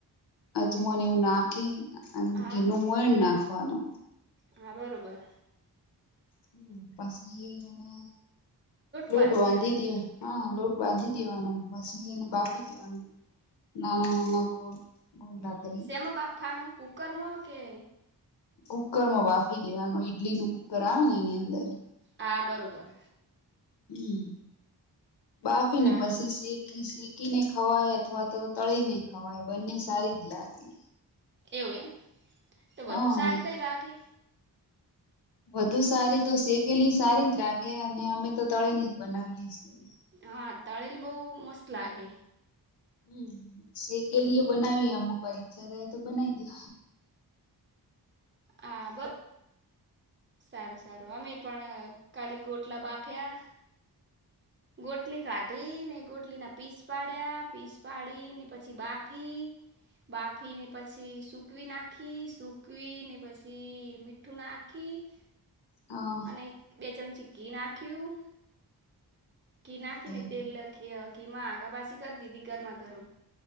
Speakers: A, on the left (about 85°); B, on the right (about 30°).
A: અજમોને એવુ નાખી. આ
B: હા
A: કે નું મોયણ નાખવાનુ.
B: હા બરોબર
A: હ પછી એ એને લોટ
B: બાંધી
A: વાંધી
B: દેવાનો
A: <unintelligible> હા લોટ બાંધી દેવાનું પછી એને બાફી દેવાનું નાના નાના ગોંડલા કરી
B: શેમબાફા નુ કુકરમ કે
A: કુકરમાં બાફી દેવાનું ઇડલી નું કુકર આવે ને એની અંદર
B: હા બરોબર
A: હમ બાફી
B: સારું
A: ને પછી શેકી શેકી કીને ખવાય અથવા તો તળી ને ખવાય બંને સારી જ લાગે
B: એવું એ તો
A: હા
B: વધુ સારી કઈ રાગે
A: વધુ સારી તો શેકેેલી સારી જ લાગે અને અમે તો તળી ને જ બનાવીએ છીએ
B: હા તળેલી બો મસ્ત લાગે
A: હમ સેકેલી બનાવીએ <unintelligible> <unintelligible> બનાય દેવાની
B: હા બ સારું સારું અમે પણ કાલી ગોટલા બાફ્યા ગોટલી કાટી ને ગોટ ટલી ના પીસ પાડ્યા પીસ પાડીને પછી બાફી બાફી ને પછી સુકવી નાખી સુકવી ને પછી મીઠું નાખી <inaudible>
A: હા.
B: અને બે ચમચી ઘી નાખ્યું કે નાખીને
A: એવું
B: તેલ <unintelligible> આખ પાછી કરી દીધી ગરમા ગરમ